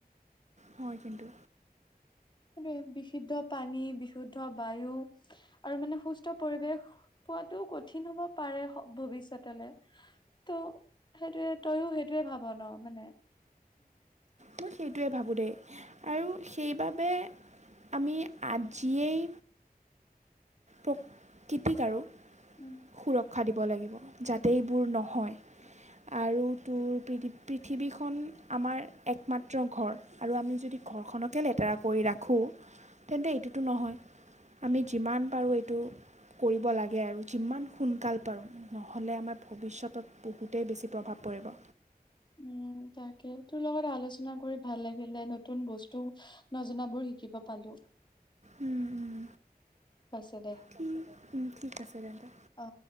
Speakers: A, on the right; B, on the left.
A: হয়, কিন্তু।
B: সেইটোৱে বিশুদ্ধ পানী বিশুদ্ধ বায়ু আৰু মানে সুস্থ পৰিৱেশ পোৱাটো কঠিন হ'ব পাৰে ভৱিষ্যতলে। ত' সেইটোয়ে তয়ো সেইটোয়ে ভাব ন' মানে
A: তো সেইটোৱে ভাবোঁ দেই আৰু সেইবাবে আমি আজিয়েই প্ৰ-কৃতিক আৰু
B: উম
A: সুৰক্ষা দিব লাগিব যাতে এইবোৰ নহয়। আৰু তোৰ পৃ পৃথিৱীখন আমাৰ একমাত্ৰ ঘৰ। আৰু আমি যদি ঘৰখনকে লেতেৰা কৰি ৰাখোঁ তেন্তে এইটোতো নহয় আমি যিমান পাৰোঁ এইটো কৰিব লাগে আৰু যিমান সোনকাল পাৰোঁ। নহ'লে আমাৰ ভৱিষ্যতত বহুতেই বেছি প্ৰভাৱ পৰিব।
B: উম, তাকে তোৰ লগত আলোচনা কৰি ভাল লাগিলে নতুন বস্তু নজনাবোৰ শিকিব পালো।
A: উম,
B: পাছে দে
A: ঠি ঠিক আছে দাদা।
B: অ'